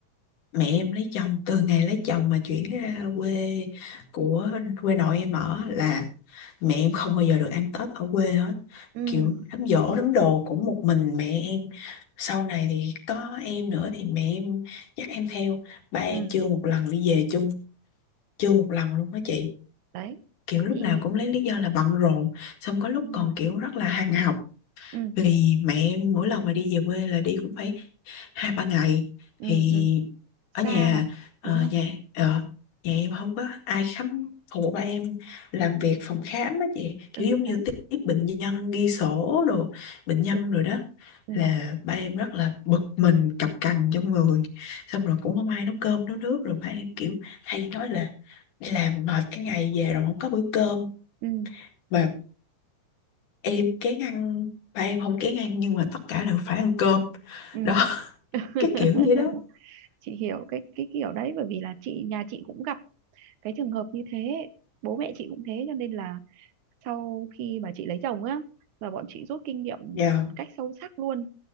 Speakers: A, on the left (about 80°); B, on the right (about 75°).
A: mẹ em lấy chồng từ ngày lấy chồng mà chuyển ra quê của quê nội em ở là mẹ em không bao giờ được ăn Tết ở quê hết
B: ừ
A: kiểu đám giỗ đám đồ cũng một mình mẹ em sau này thì có em nữa thì mẹ em dắt em theo ba em
B: ừ
A: chưa một lần đi về chung chưa một lần luôn đó chị
B: đấy
A: kiểu lúc
B: thì
A: nào cũng lấy lý do là bận rộn xong có lúc
B: đúng
A: còn
B: rồi
A: kiểu rất là hàng học
B: ừ
A: vì mẹ em mỗi lần mà đi về quê là đi cũng phải hai ba ngày
B: ừ
A: thì
B: ừ
A: ở
B: xa
A: nhà
B: mà
A: ờ,
B: đúng không
A: nhà ờ, nhà em không có ai khám phụ ba em làm việc phòng khám á chị kiểu
B: ừ
A: giống như
B: đấy
A: tiếp tiếp bệnh nhân ghi sổ đồ bệnh nhân
B: ừ
A: rồi đó
B: ừ
A: là ba em rất là bực mình cọc cằn trong người xong rồi cũng không ai nấu cơm nấu nước rồi ba em kiểu hay nói là đi làm mệt cái ngày về rồi không có bữa cơm
B: ừ
A: mà em kén ăn ba em không kén ăn nhưng mà tất cả đều phải ăn cơm
B: ừ
A: đó <laughs>
B: <laughs>
A: cái kiểu vậy đó
B: chị hiểu cái cái kiểu đấy bởi vì là chị nhà chị cũng gặp cái trường hợp như thế bố mẹ chị cũng thế cho nên là sau khi mà chị lấy chồng á là bọn chị rút kinh nghiệm
A: dạ
B: một cách sâu sắc luôn